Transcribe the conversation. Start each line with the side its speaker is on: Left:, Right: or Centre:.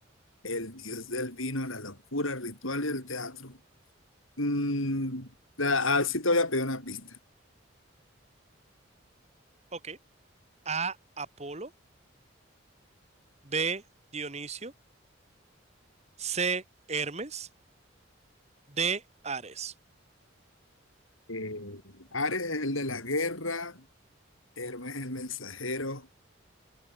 Left: El dios del vino, la locura, el ritual y el teatro. Mm, la- ah, sí te voy a pedir una pista.
Right: Ok. A. Apolo. B. Dionisio. C. Hermes. D. Ares.
Left: Eh, Ares es el de la guerra, Hermes es el mensajero.